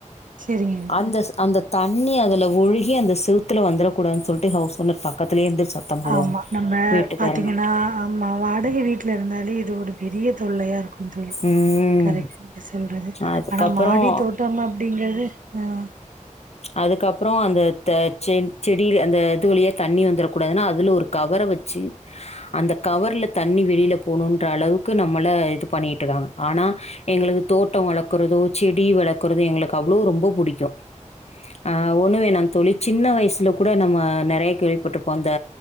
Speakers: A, on the right; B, on the left.
A: செரிங்க
B: அந்த அந்த தண்ணி அதுல ஒழுகி அந்த சிவத்துல வந்துட கூடானு சொல்லிட்டு ஹவுஸ் ஓனர் பக்கத்திலே இருந்து சத்தம் போடுவாங்க
A: ஆமா நம்ம
B: வீட்டுக்காரங்க
A: பாத்தீங்கன்னா ஆமா வாடகை வீட்டுல இருந்தாலே இது ஒரு பெரிய தொல்லையா இருக்கும் கொந்தள்
B: ம்
A: கரைக்க இங்க சொல்கிறது
B: அதுக்கப்புறம்
A: ஆனால் மாடி தோட்டம் அப்படிங்கிறது ம்
B: அதுக்கப்பறம் அந்த செ செடி செடியில அந்த இது வழியா தண்ணி வந்துரக்கூடாதுன்னா அதுல ஒரு கவரை வச்சு அந்த கவர்ல தண்ணி வெளியல போணுமுன்ற அளவுக்கு நம்மள இது பண்ணிட்டு இருக்காங்க ஆனா எங்களுக்கு தோட்டம் வளர்க்குறதோ செடி வளர்க்குறதோ எங்களுக்கு அவ்வளவு ரொம்ப பிடிக்கும் ஆ ஒண்ணமே நான தோழி சின்ன வயசுல கூட நம்ம நெறைய கேள்விப்பட்டிருப்போம் இந்த